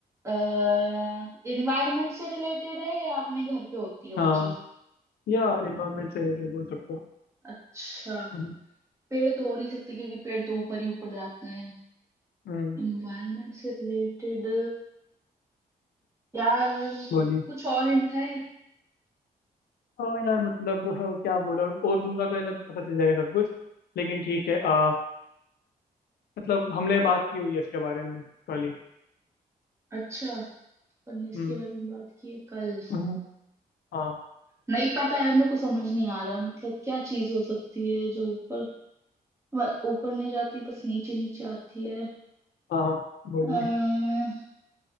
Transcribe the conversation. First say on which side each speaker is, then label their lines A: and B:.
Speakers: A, on the right; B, on the left.
A: अः इन्वायरमेंट से रिलेटेड है या अपने घर पे होती है वो
B: हाँ
A: चीज
B: या इन्वायरमेंट से रिलेटेड बोल सकते हो
A: अच्छा
B: हम्म
A: पेड़ तो हो नहीं सकते क्योंकि पेड़ तो ऊपर ही ऊपर जाते हैं
B: हम्म,
A: इन्वायरमेंट से रिलेटेड यार
B: बोलिए
A: कुछ और हिंट है
B: हाँ यार मतलब हाँ, क्या बोला और दूंगा तो है ना पता चल जाएगा सब कुछ लेकिन ठीक है आ, मतलब हमने बात की हुई है इसके बारे में कल ही
A: अच्छा अपन ने इसके
B: हम्म
A: बारे में बात की है कल
B: हम्म, हाँ
A: नहीं पता यार मेरे को समझ नहीं आ रहा मतलब क्या चीज हो सकती है जो ऊपर वर- ऊपर नहीं जाती बस नीचे नीचे आती है
B: हाँ हाँ, बोलिए
A: अः